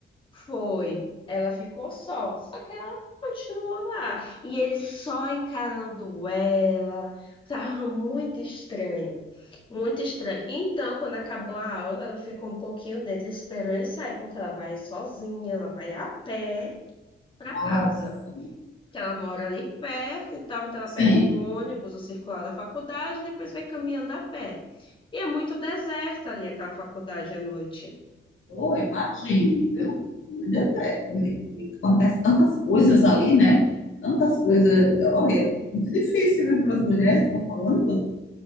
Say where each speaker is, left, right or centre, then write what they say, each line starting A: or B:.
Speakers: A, on the left (about 25°); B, on the left (about 70°).
A: Foi. Ela ficou só, só que ela continuou lá. E ele só encarando ela. Tava muito estranho. Muito estranho. Então, quando acabou a aula, ela ficou um pouquinho dentro, esperou ele sair, porque ela vai sozinha, ela vai a pé para
B: Nossa,
A: casa. Que ela mora ali perto e tal, então ela
B: sim.
A: pega um ônibus, o circular da faculdade, e depois vai caminhando a pé. E é muito deserta ali aquela faculdade à noite.
B: Pô, imagino, viu? Ainda bem, também- também Acontece tantas coisas ali, né? Tantas coisas. Olha, é muito difícil, viu, para as mulheres, estou falando.